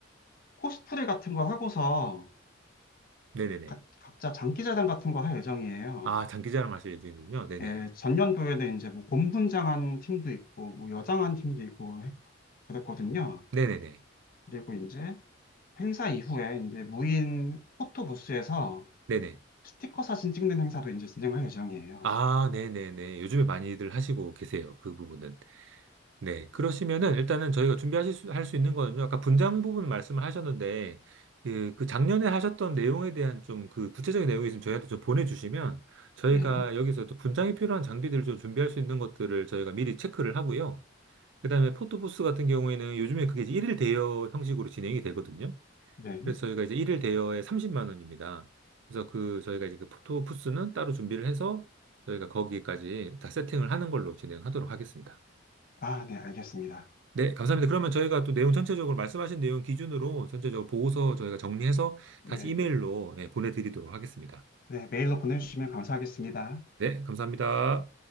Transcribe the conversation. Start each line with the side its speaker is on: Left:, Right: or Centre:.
Left: 코스프레 같은 거 하고서
Right: 네네네.
Left: 가- 각자 장기자랑 같은 거 할 예정이에요.
Right: 아, 장기자랑 하실 예정이군요. 네네,
Left: 예, 전년도에는 이제 뭐 곰분장한 팀도 있고, 뭐 여장한 팀도 있고 했- 그랬거든요.
Right: 네네네,
Left: 그리고 이제 행사 이후에 이제 무인 포토 부스에서
Right: 네네.
Left: 스티커 사진 찍는 행사도 이제 진행할 예정이에요.
Right: 아, 네네네. 요즘에 많이들 하시고 계세요. 그 부분은. 네, 그러시면은 일단은 저희가 준비하실 수, 할 수 있는 거는요. 아까 분장 부분 말씀을 하셨는데 그, 그 작년에 하셨던 내용에 대한 좀 그 구체적인 내용이 있으면 저희한테 좀 보내주시면 저희가
Left: 네,
Right: 여기서 또 분장이 필요한 장비들을 좀 준비할 수 있는 것들을 저희가 미리 체크를 하고요. 그다음에 포토부스 같은 경우에는 요즘에 그게 이제 1일 대여 형식으로 진행이 되거든요.
Left: 네.
Right: 그래서 저희가 이제 1일 대여에 30만 원입니다. 그래서 그 저희가 이제 그 포토부스는 따로 준비를 해서 저희가 거기까지 다 세팅을 하는 걸로 진행하도록 하겠습니다.
Left: 아, 네, 알겠습니다.
Right: 네, 감사합니다. 그러면 저희가 또 내용 전체적으로 말씀하신 내용 기준으로 전체적으로 보고서 저희가 정리해서
Left: 네,
Right: 다시 이메일로 예, 보내드리도록 하겠습니다.
Left: 네, 메일로 보내주시면 감사하겠습니다.
Right: 네, 감사합니다.